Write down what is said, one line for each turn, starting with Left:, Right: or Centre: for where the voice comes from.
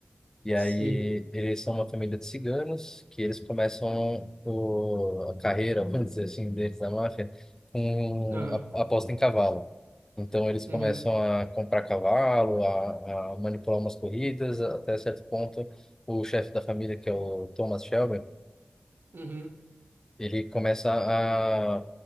Left: E
Right: sei.
Left: aí eles são uma família de ciganos que eles começam o, a carreira, <laughs> vamos dizer assim, deles da máfia, com
Right: Aham,
Left: a- aposta em cavalo. Então eles
Right: uhum,
Left: começam a comprar cavalo, a, a manipular umas corridas, até certo ponto o chefe da família, que é o Thomas Shelby,
Right: uhum,
Left: ele começa a